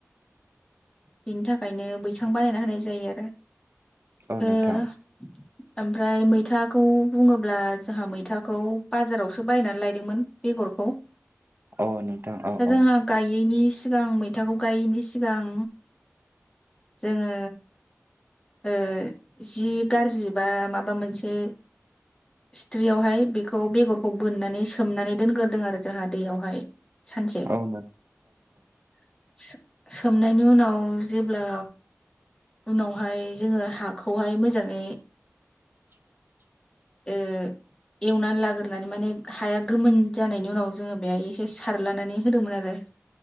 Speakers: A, on the left (about 15°); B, on the right (about 50°).
A: बिनि थाखायनो बैसां बानायना होनाय जायो आरो
B: औ नोंथां
A: ओ ओमफ्राय मैथाखौ बुङोब्ला जोंहा मैथाखौ बाजारावसो बायनानै लायदोंमोन बे गरखौ
B: औ नोंथां औ औ नोंथां औ नोंथां औ नोंथां औ
A: जोंहा गायैनि सिगां मैथाखौ गायैनि सिगां जोङो ओ जि गाज्रि बा माबा मोनसे सिथ्रियावहाय बेखौ बेगरखौ बोननानै सोमनानै दोनग्रोदों आरो जोंहा दैयावहाय सानसे
B: औ
A: <inaudible> सो सोमनायनि उनाव जेब्ला उनावहाय जोङो हाखौहाय मोजाङै
B: <inaudible>
A: ए एवनानै लाग्रोनानै माने हाया गोमोन जानायनि उनाव जोङो बेहाय एसे सारलानानै होदोंमोन आरो